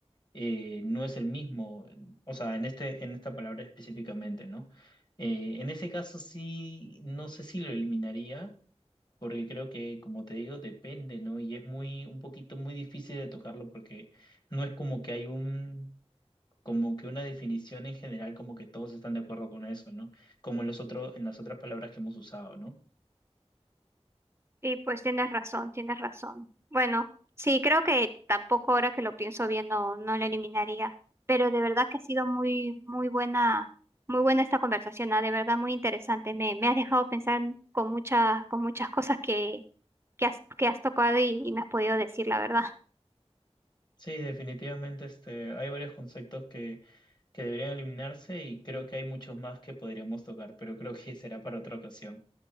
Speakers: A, on the left; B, on the right.
A: eh, no es el mismo, o sea, en este, en esta palabra específicamente, ¿no? Eh, en ese caso sí, no sé si lo eliminaría, porque creo que, como te digo, depende, ¿no? Y es muy, un poquito muy difícil de tocarlo porque no es como que hay un, como que una definición en general, como que todos están de acuerdo con eso, ¿no? Como en los otros, en las otras palabras que hemos usado, ¿no?
B: Y pues tienes razón, tienes razón. Bueno, sí, creo que tampoco ahora que lo pienso bien no, no lo eliminaría. Pero de verdad que ha sido muy, muy buena, muy buena esta conversación, ¿ah? De verdad muy interesante. Me, me has dejado pensar con mucha, con muchas cosas que, que has, que has tocado y, y me has podido decir, la verdad.
A: Sí, definitivamente este, hay varios conceptos que, que deberían eliminarse y creo que hay muchos más que podríamos tocar, pero creo que será para otra ocasión.